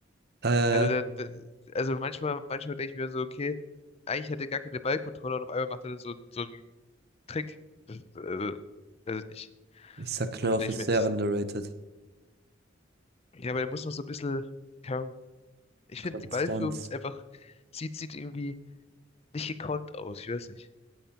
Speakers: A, on the right (about 55°); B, on the left (about 30°).
A: Äh,
B: Also dann, das- also manchmal, manchmal denke ich mir so, okay, eigentlich hat er gar keine Ballkontrolle und auf einmal macht er so, so einen Trick. Das, äh, weiß ich nicht.
A: ich sag, Knauf
B: Manchmal denke
A: ist
B: ich mir
A: sehr
B: echt,
A: underrated.
B: ja, aber der muss noch so ein bisschen, keine Ahnung. Ich finde,
A: Konstanz.
B: die Ballführung ist einfach, sieht, sieht irgendwie nicht gekonnt aus. Ich weiß nicht.